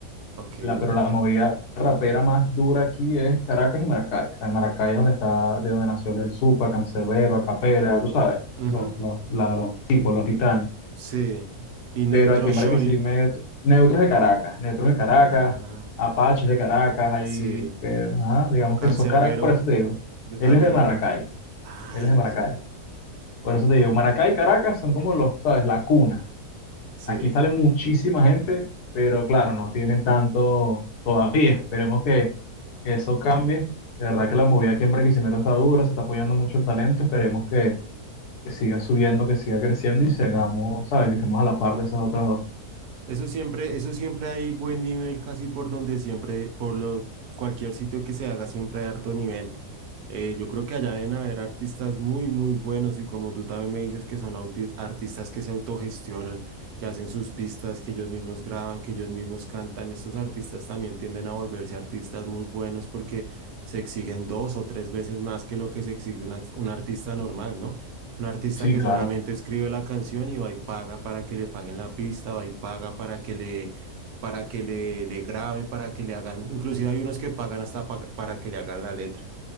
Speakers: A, on the right (about 75°); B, on the left (about 80°).
A: Ok.
B: La, pero la movida rapera más dura aquí es Caracas y Maracay. O sea, Maracay es donde está, de donde nació el Supa, Cancerbero, Acapela, tú sabes,
A: ujú,
B: los, los, la- los tipos, los titanes.
A: Sí. Y Neutro
B: Pero aquí en
A: Shorty.
B: Barquisimeto, Neutros de Caracas, Neutros de Caracas,
A: Ah,
B: Apaches de Caracas, ahí,
A: sí.
B: eh, ajá, digamos
A: Cancerbero,
B: que son Caracas, por eso te digo.
A: de también
B: Él es de Maracay,
A: era. Ay,
B: él es de Maracay.
A: sí.
B: Por eso te digo, Maracay y Caracas son como los, ¿sabes? La cuna.
A: Sí.
B: Aquí sale muchísima gente, pero claro, no tienen tanto todavía. Esperemos que, que eso cambie. De verdad que la movida aquí en Barquisimeto está dura, se está apoyando mucho el talento. Esperemos que, que siga subiendo, que siga creciendo y sigamos, ¿sabes? Que estemos a la par de esas otras dos.
A: Eso siempre, eso siempre hay buen nivel casi por donde siempre, por lo, cualquier sitio que se haga siempre hay harto nivel. Eh, yo creo que allá deben haber artistas muy, muy buenos y como tú también me dices que son auti- artistas que se autogestionan, que hacen sus pistas, que ellos mismos graban, que ellos mismos cantan. Estos artistas también tienden a volverse artistas muy buenos porque se exigen dos o tres veces más que lo que se exige un ax- un artista normal, ¿no? Un artista
B: Sí,
A: que
B: claro.
A: solamente escribe la canción y va y paga para que le paguen la pista, va y paga para que le, para que le, le graben, para que le hagan, inclusive hay unos que pagan hasta pa- para que le hagan la letra.